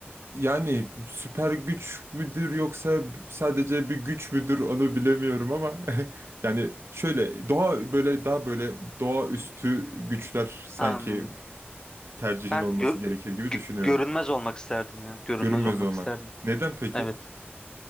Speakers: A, on the right; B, on the left.
A: yani süper güç müdür yoksa sadece bir güç müdür onu bilemiyorum ama <laughs> yani şöyle doğa böyle daha böyle doğaüstü güçler sanki
B: Anladım.
A: tercihin
B: Ben
A: olması
B: gör-
A: gerekir gibi düşünüyorum.
B: gö- görünmez olmak isterdim ya. Görünmez
A: Görünmez
B: olmak
A: olmak.
B: isterdim.
A: Neden peki?
B: Evet.